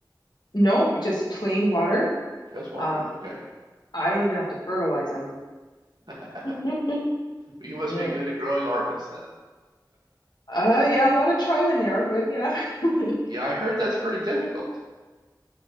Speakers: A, on the left; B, on the right.
A: No, just plain water.
B: Just water.
A: Um,
B: Okay.
A: I don't even have to fertilize them.
B: <laughs>
A: <laughs>
B: But you must
A: Yeah.
B: be good at growing orchids then.
A: Uh, yeah,
B: I
A: a lot of trial and error, but yeah. <laughs>
B: yeah, I heard that's pretty difficult.